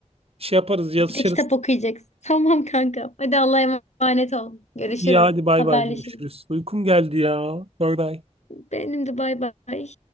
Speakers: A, on the right; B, on the left.
A: Şey yaparız yazışırız.
B: E, Bir de kitap okuyacaksın. <laughs> Tamam kankam. Hadi Allah'a emanet ol. Görüşürüz.
A: İyi hadi bay
B: Haberleşiriz.
A: bay görüşürüz. Uykum geldi ya. Bye bye.
B: Benim de bay bay.